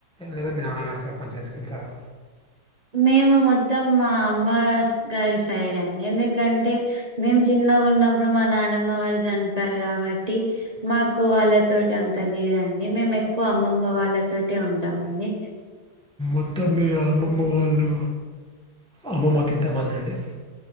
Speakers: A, in the centre; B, on the right.
A: లేదా మీ నాన్నగారు సా ఫంక్షన్స్కి వెళ్తారా
B: మేము మొత్తం మా అమ్మ గా గారి సైడ్ అండి ఎందుకంటే మేము చిన్ చిన్నగా ఉన్నప్పుడు మా నానమ్మ వాళ్ళు చనిపోయారు కాబట్టి మాకు వాళ్ళ తోటి అంత లేదండి అండి మేము ఎక్కువ అమ్మమ్మ వాళ్ళతో ఉంటామ అండి
A: మొత్తం మీ అమ్మమ్మ వాళ్ళు అమ్మమ్మకి ఇంతమంది అండి